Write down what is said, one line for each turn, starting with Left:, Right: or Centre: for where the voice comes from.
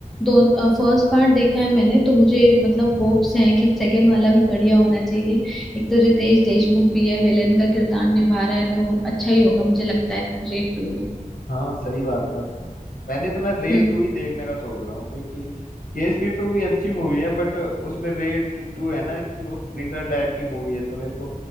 Centre: दो फर्स्ट पार्ट देखा है मैंने तो मुझे मतलब होप्स हैं कि सेकंड वाला भी बढ़िया होना चाहिए एक तो रितेश देशमुख भी है विलेन का किरदार निभा रहा है तो अच्छा ही होगा मुझे लगता है रेड टू भी
Left: हाँ सही बात है तुम पहले तो मैं रेड
Centre: हम्म,
Left: टू ही देखने का सोच रहा हूँ क्योंकि केसरी टू भी अच्छी मूवी है बट उसमें रेड टू है ना कि वो थ्रिलर टाइप की मूवी है तो मेरे को